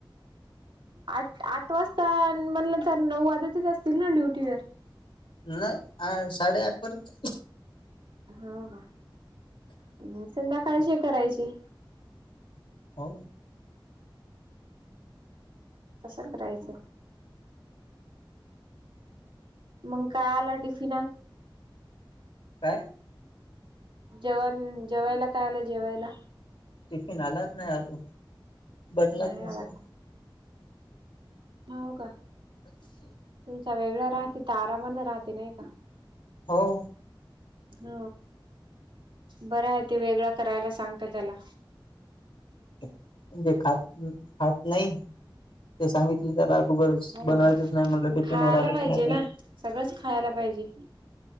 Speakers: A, on the right; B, on the left.
A: आठ आठ वाजता तर म्हणलं तर नऊ वाज्या तेच असतील ना ड्युटी वर.
B: नाही साडेआठ पर्यंत.
A: हो संध्याकाळशी करायची.
B: हो!
A: तसं करायचं. मग काय आला टिफिन.
B: काय.
A: जेवण जेवायला काय आला जेवायला.
B: टिफिन आलात नाही अजून बदलात
A: नाही
B: नसेल.
A: आला का हो का! तुमचा वेगळा राहते तर आरामाने राहते नाही का?
B: हो.
A: ह बर आहे ते वेगळं करायला सांगत त्याला.
B: म्हणजे खात खात नाही. ते सांगितले त्याला त ग
A: हो
B: बनवायचंच नाही म्हटलं टिफिन
A: खायला
B: वर आलंच
A: पाहिजे
B: नाही काही.
A: ना सगळंच खायला पाहिजे